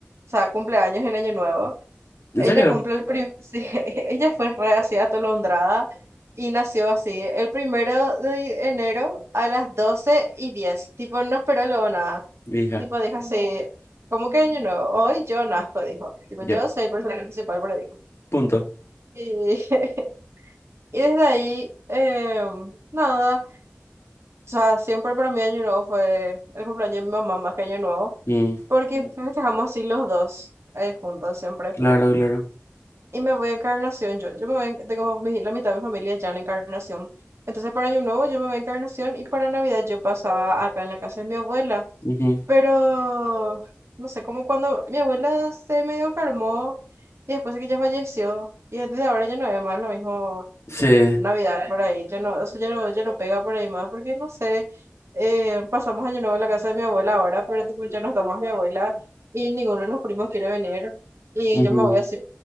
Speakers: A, on the right; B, on the left.
A: sea, cumple años en Año Nuevo.
B: ¿En
A: Ella
B: serio?
A: cumple el primer, <laughs> sí, ella fue re así atolondrada y nació así, el primero de enero a las doce y diez Tipo, no esperó luego nada.
B: Hija,
A: Tipo, dijo así, ¿cómo que Año Nuevo? Hoy yo nazco, dijo. Tipo,
B: yo.
A: yo soy el personaje principal, pero dijo.
B: Punto.
A: Y, <laughs> y desde ahí, em, nada, o sea, siempre para mí Año Nuevo fue el cumpleaños de mi mamá más que Año Nuevo,
B: Mm,
A: porque Mm. festejamos así los dos eh, juntos siempre.
B: claro, claro.
A: Y me voy a Encarnación, yo, yo me voy, en- tengo mi- la mitad de mi familia ya en Encarnación. Entonces para Año Nuevo yo me voy a Encarnación y para Navidad yo pasaba acá en la casa de mi abuela.
B: Ujú.
A: Pero, no sé, como cuando mi abuela se medio enfermó y después de que ella falleció, y entonces ahora ya no es más lo mismo
B: Sí.
A: Navidad por ahí, ya no, eso ya no, ya no pega por ahí más, porque no sé, eh, pasamos año nuevo en la casa de mi abuela ahora, pero tipo, ya no está más mi abuela y ninguno de los primos quiere venir y
B: ujú.
A: yo me voy así,